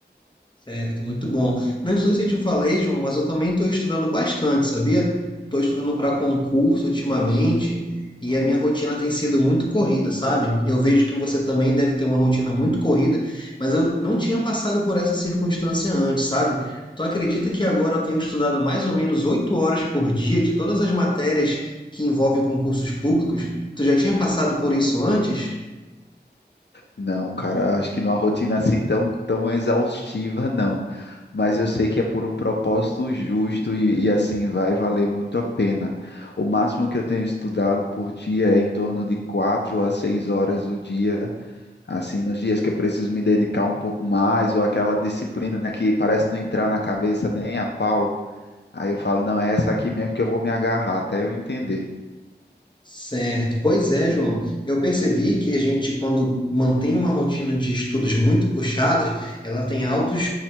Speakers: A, on the left; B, on the left.
A: Certo, muito bom. Não sei se eu te falei, João, mas eu também estou estudando bastante, sabia? Estou estudando para concurso ultimamente e a minha rotina tem sido muito corrida, sabe? Eu vejo que você também deve ter uma rotina muito corrida, mas eu não tinha passado por essa circunstância antes, sabe? Tu acredita que agora eu tenho estudado mais ou menos oito horas por dia de todas as matérias que envolvem concursos públicos? Tu já tinha passado por isso antes?
B: Não, cara, acho que numa rotina assim tão, tão exaustiva, não. Mas eu sei que é por um propósito justo e, e, assim vai valer muito a pena. O máximo que eu tenho estudado por dia é em torno de quatro a seis horas o dia. Assim, nos dias que eu preciso me dedicar um pouco mais, ou aquela disciplina que parece não entrar na cabeça nem a pau. Aí eu falo, não, é essa aqui mesmo que eu vou me agarrar até eu entender.
A: Certo. Pois é, João. Eu percebi que a gente, quando mantém uma rotina de estudos muito puxadas, ela tem altos